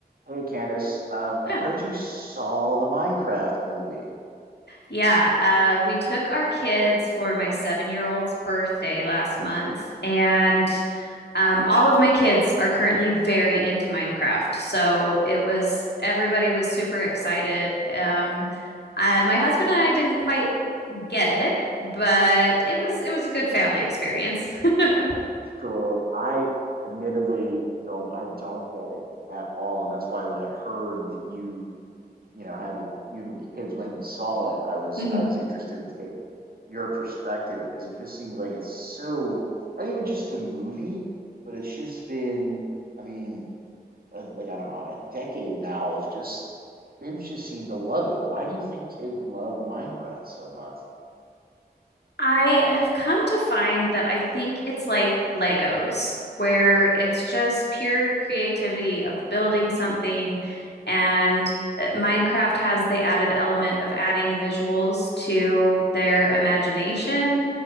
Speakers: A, on the right; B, on the left.
A: Hey Candace, um, I
B: Yeah.
A: heard you saw the Minecraft movie.
B: Yeah. Uh, we took our kids for my seven year old's birthday last month, and um, all of my kids are currently very into Minecraft. So it was, everybody was super excited. Um, uh, my husband and I didn't quite get it, but it was it was a good family experience. <laughs>
A: cool. I admittedly don't, I don't get it at all, and that's why when I heard that you, you know, had the you and your kids went and saw it, I was,
B: Mhm.
A: I was interested to get your perspective because it just seems like it's so not even just the movie, but it's just been, I mean, a, like I don't know, a decade now of just kids just seem to love it. Why do you think kids love Minecraft so much?
B: I have come to find that I think it's like Legos, where it's just pure creativity of building something. And uh, Minecraft has the added element of adding visuals to their imagination.